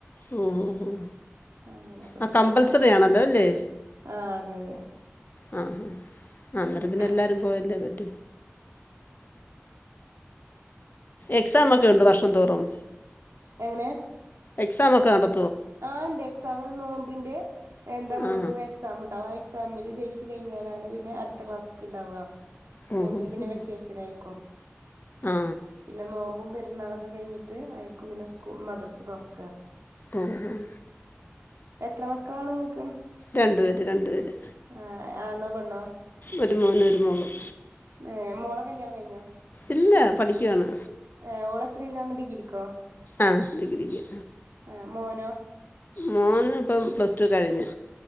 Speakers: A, on the left; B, on the right.
A: ഓ ഓ ഓ
B: അങ്ങനെ പ്ലസ്
A: ആ കമ്പൾസറി
B: ടു ആണെങ്കി
A: ആണല്ലോ അല്ലേ
B: ആഹ് അതെ അതെ
A: ഓ ഓ അന്നേരം
B: അങ്ങനെ
A: പിന്നെ എല്ലാരും പോയല്ലേ പറ്റു എക്സാം രണ്ട് വർഷം തോറും
B: എങ്ങനെ
A: എക്സാം ഒക്കെ നട
B: ആ ഇണ്ട് എക്സാമിന് നോമ്പിന്റെ എന്താ മുമ്പ്
A: ആ
B: എക്സാം ഉണ്ടാവും എക്സാമില് ജയിച്ചു കഴിഞ്ഞാലാണ് പിന്നെ അടുത്ത ക്ലാസ്സ്ക്ക് ഉണ്ടാവുക
A: ഓ
B: നോമ്പിന്
A: ഓ
B: പിന്നെ
A: ഓ
B: വെക്കേഷനായിരിക്കും
A: ആ
B: പിന്നെ നോമ്പും പേര് ന്നാളൊക്കെ കഴിഞ്ഞിട്ട് ആയിരിക്കും പിന്നെ സ്കൂളും മദ്രസ തൊറക്ക ആ
A: ഉം ഉം
B: എത്ര മക്കളാണ് നിങ്ങക്ക്
A: രണ്ടു പേര് രണ്ടു പേര്
B: ആഹ് ആണോ പെണ്ണോ
A: ഒരു മോനും ഒര് മോളും
B: ഏ മോളെ കല്യാണം കഴിഞ്ഞോ
A: ഇല്ല പഠിക്കയാണ്
B: ഏ ഓളെത്രീലാണ് ഡിഗ്രിക്കോ
A: ആഹ് ഡിഗ്രിക്ക്
B: ആ മോനോ
A: മോന് ഇപ്പം പ്ലസ് ടു കഴിഞ്ഞു